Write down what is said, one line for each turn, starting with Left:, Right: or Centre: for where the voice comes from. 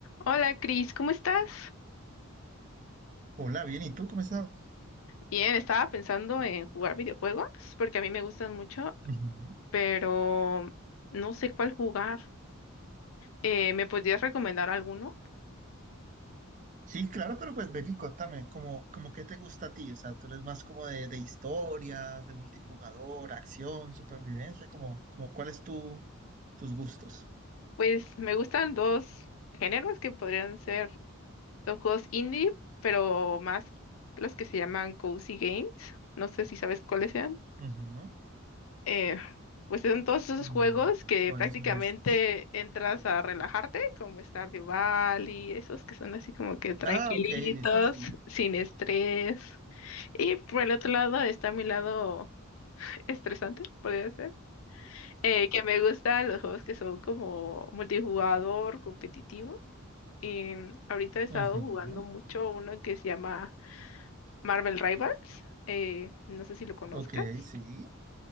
Left: Hola Cris, ¿cómo estás?
Right: Hola, bien, ¿y tú cómo estás?
Left: Bien, estaba pensando en jugar videojuegos porque a mí me gustan mucho,
Right: Ujú.
Left: pero no sé cuál jugar. Eh, ¿me podrías recomendar alguno?
Right: Sí, claro, pero pues vení, contame, como, como qué te gusta a ti, o sea, tú eres más como de, de historias, de multijugador, acción, supervivencia, como, como cuáles tu, tus gustos.
Left: Pues me gustan dos géneros que podrían ser los juegos indie, pero más los que se llaman cozy games. No sé si sabes cuáles sean.
Right: Ujú.
Left: eh, pues son todos esos
Right: Mm,
Left: juegos que
Right: ¿cuáles
Left: prácticamente
Right: son esos?
Left: entras a relajarte, como Stardew Valley, esos que son así como que tranquilitos,
Right: Ah, ok, listo, sí.
Left: sin estrés. Y por el otro lado está mi lado estresante, podría ser, eh, que me gustan los juegos que son como multijugador, competitivo. Y ahorita he estado
Right: Ujú.
Left: jugando mucho uno que se llama Marvel Rivals. eh, no sé si lo conozcas.
Right: Ok, sí,